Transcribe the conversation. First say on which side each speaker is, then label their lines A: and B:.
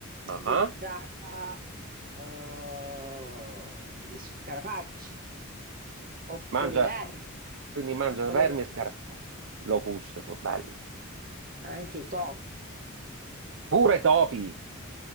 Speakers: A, on the right; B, on the right.
A: ah
B: gli
A: ah.
B: sbraca eh, gli scarafaggi oppure
A: Mangia,
B: i vermi
A: quindi mangia
B: o le
A: vermi
B: locuste,
A: e scarpe. Locuste, poi, bello.
B: anche i topi.
A: Pure topi!